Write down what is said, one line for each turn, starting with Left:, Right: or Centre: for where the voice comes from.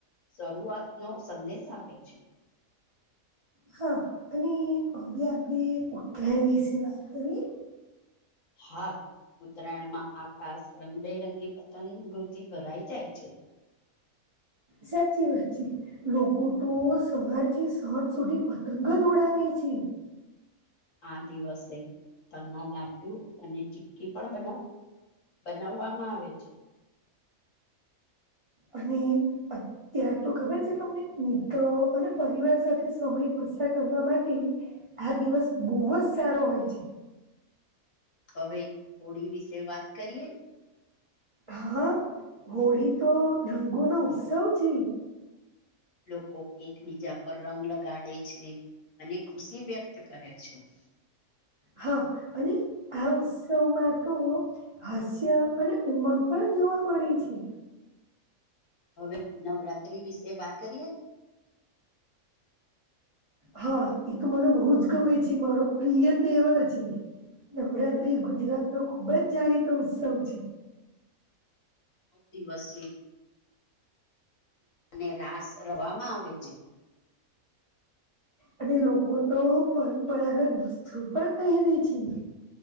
Left: શરૂઆત નો સંદેશ આપે છે
Right: હા અને હવે આપણે ઉત્તરાણ વિશે વાત કરી
Left: હા ઉત્તરાયણમાં આકાશ રંગબેરંગી પતંગોતી ભરાઈ જાય છે હ
Right: સાચી વાતચી લોકો તો સવાર થી સાઠ સુધી પતંગ જ ઉડાવે છે.
Left: <inaudible> આ દિવસે તલના લાડ્ડુ અને ચી્કી પણ બનાવું બનાવવામાં આવે છે
Right: અને અત્યાર તો ખબર છે તમને મિત્રો અને પરિવાર સાથે સમય કરવા માટે આ દિવસ બહુ જ સારો હોય છે.
Left: હવે હોળી વિશે વાત કરીએ
Right: હા હોળી તો રંગો નો ઉત્સવ છે.
Left: લોકો એકબીજા પર રંગ લગાડે છે અને ખુશી વ્યક્ત કરે છે <inaudible>
Right: હા અને આ ઉત્સવમાં તો હાસ્ય અને ઉમંગ પણ જોવા મળે છે
Left: હવે નવરાત્ર્રી વિશે વાત કરીએ
Right: હા એ તો મને બહુ જ ગમે છે મારો પ્રિય તહેવાર છે. નવરાત્રી ગુજરાત નો ખુબ જ જાણીતો ઉત્સવ છે.
Left: દિવસ અને રાસ રવામાં આવે છે.
Right: અને લોકો તો પરંપરાગત વસ્ત્રુ પણ પહેરે છે.